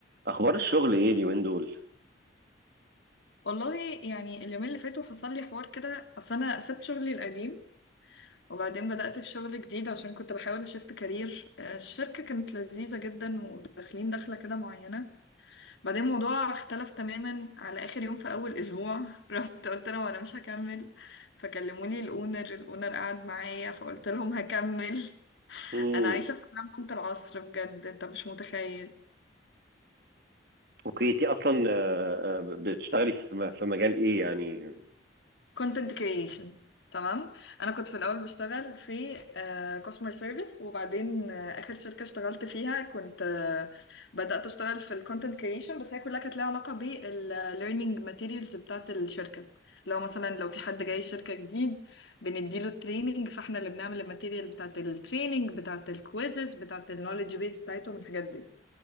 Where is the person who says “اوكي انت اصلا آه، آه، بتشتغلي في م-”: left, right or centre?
Right